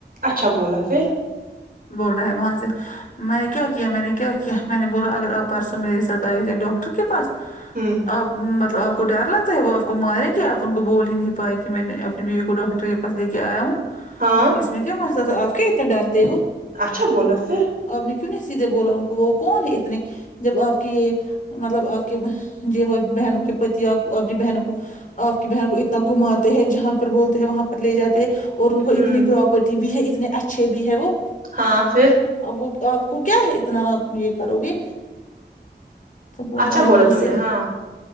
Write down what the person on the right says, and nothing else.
اچھا بولا پھر
ہوں
ہاں
اچھا بولا پھر
ہوں
ہاں پھر
اچھا
بولا
تم
نے ہاں